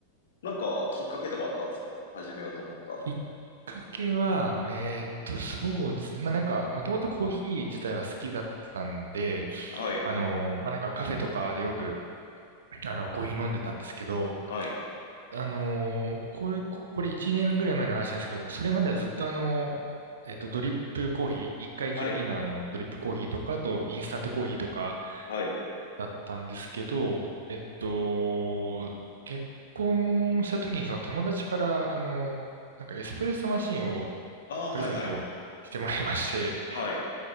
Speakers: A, on the left; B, on the right.
A: なんかきっかけとかあったんですか始めようと思った。
B: きっかけは、えーっと、そうですね。まあ、なんか、もともとコーヒー自体は好きだったんで、
A: はい、
B: あの、まあ、なんかカフェとかでよく、あの、コーヒー飲んでたんですけど、
A: はい、
B: あのーこれ、ここれ1年ぐらい前の話なんですけど、それまではずっとあの、えっと、ドリップコーヒー、一回きりのあの、
A: はい、
B: ドリップコーヒーとか、あと、インスタントコーヒーとか
A: はい。
B: だったんですけど、えっと、結婚した時にその友達から、あの、なんかエスプレッソマシンを
A: ああ、
B: プレゼントしてもらいまして、
A: はい、はい、はい、